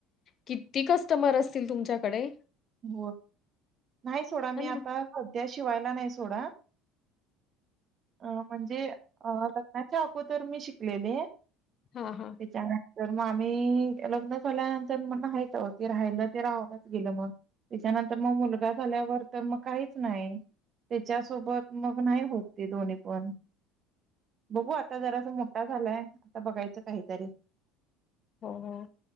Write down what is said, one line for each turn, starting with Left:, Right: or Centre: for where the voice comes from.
Left: किती कस्टमर असतील तुमच्याकडे.
Right: हो नाही सोडा मी
Left: है
Right: आता
Left: ना?
Right: सध्या शिवायला नाही सोड म्हणजे लग्नाच्या अगोदर मी शिकलेले.
Left: हां, हां.
Right: विचार तर मग आम्ही लग्न झाल्यानंतर मग <unintelligible> ते राहियलं ते राहूनच गेलं मग त्याच्यानंतर मग मुलगा झाल्यावर तर मग काहीच नाही त्याच्यासोबत मग नाही होत ते दोन्ही पण बघू आता जरा सा मोठा झालाय. बघायचं काहीतरी
Left: हो